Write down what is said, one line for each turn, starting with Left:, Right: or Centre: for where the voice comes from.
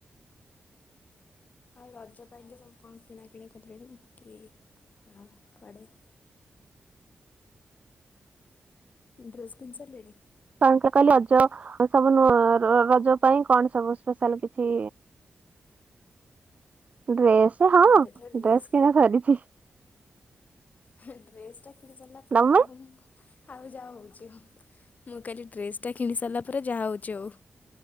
Left: ଆଉ ରଜ ପାଇଁକି ସବୁ କଣ କିଣା କିିଣି କରିଲେଣି କି କଣ କୁଆଡେ। ଡ୍ରେସ୍ କିିନିସାରିଲେଣି।
Right: ତାଙ୍କରକଲି ରଜ ସବୁ ନ ରଜ ପାଇଁ କଣ ସବୁ ସ୍ପେଶାଲ କିଛି। ଡ୍ରେସ ହଁ
Left: ଏବେ
Right: ଡ୍ରେସ
Left: ତ ଡ୍ରେସ୍
Right: କିଣା ସରିଛି।
Left: ଡ୍ରେସ ଟା କିଣି ସାରିଲା ପରେ
Right: ତମେ
Left: ଆଉ। ଆଉ ଯାହା ହେଉଛି ମୁଁ କାଲି ଡ୍ରେସ୍ଟା କିଣି ସାରିଲା ପରେ ଯାହାହଉଛି ଆଉ।